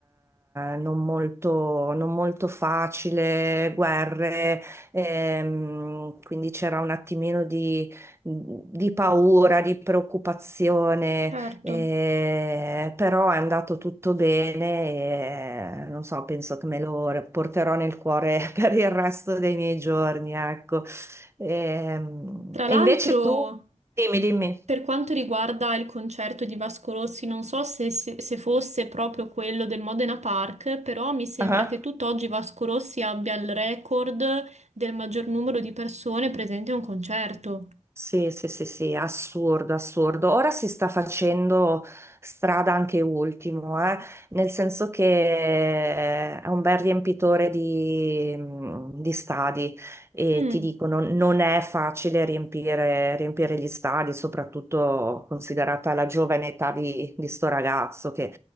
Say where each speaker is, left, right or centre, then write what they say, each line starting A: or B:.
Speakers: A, on the right; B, on the right.
A: non molto, non molto facile, guerre, ehm, quindi c'era un attimino di, di paura, di preoccupazione,
B: Certo.
A: eh, però è andato tutto bene e non so, penso che me lo porterò nel cuore <laughs> per il resto dei miei giorni, ecco. Ehm,
B: Tra
A: E,
B: l'altro,
A: invece tu, dimmi, dimmi.
B: per quanto riguarda il concerto di Vasco Rossi, non so se, se- se fosse proprio quello del Modena Park, però mi sembra
A: Ah,
B: che tutt'oggi Vasco Rossi abbia il record del maggior numero di persone presenti a un concerto.
A: Sì, sì, sì, sì, assurdo, assurdo. Ora si sta facendo strada anche Ultimo, eh, Nel senso che è un bel riempitore di, di stadi e
B: Mm,
A: ti dicono non è facile riempire, riempire gli stadi, soprattutto considerata la giovane età di, di sto ragazzo che